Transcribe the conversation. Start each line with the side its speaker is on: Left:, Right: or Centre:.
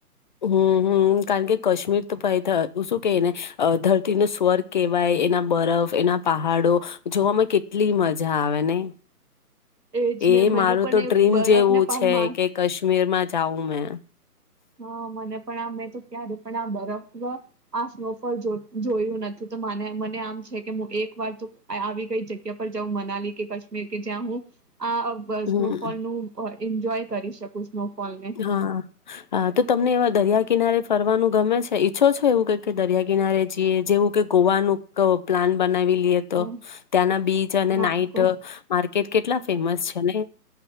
Left: હમ હમ કારણ કે કાશ્મીર તો ભાઈ શું કહે ને ધરતીનો સ્વર્ગ કહેવાય એના બરફ એના પહાડો જોવામાં કેટલી મજા આવે નઈ.
Right: એજ
Left: એ
Right: ને મને
Left: મારું
Right: પણ
Left: તો
Right: એ
Left: ડ્રીમ
Right: બરફને
Left: જેવું
Right: પણ
Left: છે
Right: મા
Left: કે કાશ્મીરમાં જાઉ મે
Right: હા મને પણ <inaudible> તો ક્યારે પણ આ બરફ <inaudible> આ સ્નો ફોલ <unintelligible> જોયું નથી તોને મને આમ છે કે મુ એક વાર જો આવી કઈ જગ્યા પર જાઉં મનાલી કે કાશ્મીર કે જ્યાં હું આ
Left: હમ
Right: સ્નોફોલ નું હોય એન્જોય કરી શકું સ્નોફોલને
Left: હા <inaudible> તમને એવા દરિયા કિનારે ફરવાનું ગમે છે ઈચ્છો છો એવું કે દરિયા કિનારે જઈએ જેવું કે ગોવાનું પ્લાન બનાવી <inaudible> ત્યાંના
Right: હા
Left: બીચ અને
Right: હા
Left: નાઈટ
Right: કો
Left: માર્કેટ કેટલા ફેમસ છે ને.